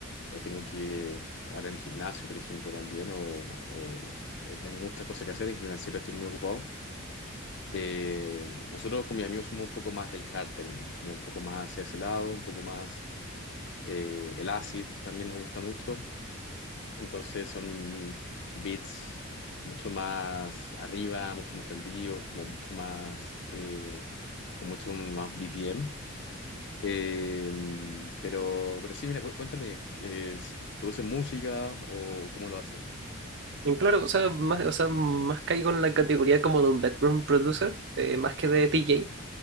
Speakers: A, on the left (about 55°); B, on the right (about 55°).
A: o tengo que ahora en el gimnasio, por ejemplo, también, o, o- o tengo muchas cosas que hacer, en general siempre estoy muy ocupado. Eh, nosotros con mis amigos somos un poco más del hard techno, como un poco más hacia ese lado, un poco más eh, el acid también nos gusta mucho, entonces son beats mucho más arriba, mucho más prendidos, como mucho más, eh, con mucho más BPM. Em, pero, pero sí, mira, cu- cuéntame, eh, si- ¿produce música o cómo lo hace?
B: En Claro, o sea, más, o sea, más caigo en la categoría como de un bedroom producer, eh, más que de DJ,